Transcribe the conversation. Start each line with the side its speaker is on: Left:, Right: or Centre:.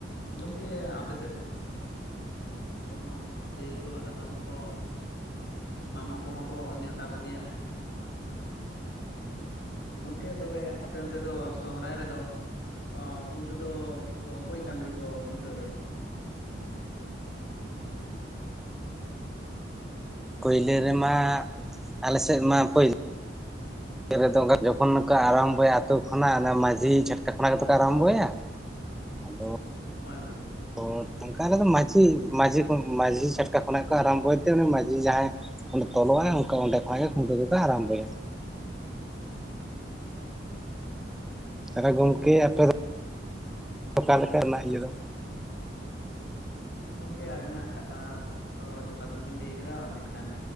Left: ᱜᱚᱝᱠᱮ ᱟᱯᱮ ᱥᱮᱫ ᱟᱞᱮ ᱥᱮᱫ ᱦᱚᱸ ᱫᱟᱹᱭ ᱠᱚ ᱦᱟᱛᱚᱢ ᱠᱚ ᱢᱟᱢᱚ ᱠᱚᱦᱚᱸ ᱠᱚ ᱱᱮᱣᱛᱟ ᱠᱚᱜᱮᱭᱟ ᱾ ᱜᱚᱝᱠᱮ ᱛᱚᱵᱮ ᱟᱯᱮ ᱚᱱᱛᱮ ᱫᱚ ᱥᱚᱦᱚᱨᱟᱭ ᱨᱮᱫᱚ ᱯᱩᱭᱞᱩ ᱫᱚ ᱚᱠᱚᱭᱤᱡ ᱰᱟᱹᱝᱨᱤ ᱠᱚ ᱠᱷᱩᱱᱴᱟᱹᱣᱭᱟ?
Centre: ᱯᱳᱭᱞᱳ ᱨᱮᱢᱟ ᱟᱞᱮ ᱥᱮᱫ ᱢᱟ ᱯᱳᱞᱭ ᱨᱮᱫᱚ ᱡᱚᱠᱷᱚᱱ ᱠᱚ ᱟᱨᱟᱢᱵᱚᱭᱟ ᱟᱛᱳ ᱠᱷᱚᱱᱟᱜ ᱚᱱᱮ ᱢᱟᱹᱡᱷᱤ ᱪᱷᱟᱴᱠᱟ ᱠᱷᱚᱱᱟᱜ ᱜᱮᱛᱚ ᱠᱚ ᱟᱨᱟᱢᱵᱷᱭᱟ᱾ ᱟᱫᱚ
Left: ᱦᱳᱭ ᱜᱚᱝᱠᱮ ᱾
Centre: ᱛᱚ ᱚᱱᱠᱟ ᱞᱮᱠᱟ ᱢᱟᱹᱡᱷᱤ ᱢᱟᱹᱡᱷᱤ ᱢᱟᱹᱡᱷᱤ ᱪᱷᱟᱴᱠᱟ ᱠᱷᱚᱱᱟᱜ ᱠᱚ ᱟᱨᱟᱢᱵᱷᱭᱛᱮ ᱢᱟᱹᱡᱷᱤ ᱡᱟᱦᱟᱸᱭ ᱚᱸᱰᱮ ᱛᱚᱞᱚᱜ ᱟᱭ ᱚᱱᱠᱟ ᱚᱸᱰᱮ ᱠᱷᱚᱱᱟᱜ ᱜᱮ ᱠᱷᱩᱱᱴᱟᱹᱣ ᱠᱚᱠᱚ ᱟᱨᱟᱢᱵᱚᱭᱟ᱾ ᱛᱟᱦᱚᱞᱮ ᱜᱚᱢᱠᱮ ᱟᱯᱮ ᱫᱚ <unintelligible> ᱚᱠᱟ ᱞᱮᱠᱟ ᱚᱱᱟ ᱤᱭᱟᱹ ᱫᱚ
Left: ᱜᱚᱝᱠᱮ ᱟᱵᱤᱱᱟᱜ ᱠᱟᱛᱷᱟ ᱫᱚ ᱡᱚᱛᱷᱟᱛ ᱜᱮᱵᱤᱱ ᱞᱟᱹᱭ ᱠᱟᱫᱟ, ᱢᱮᱱᱠᱷᱟᱱ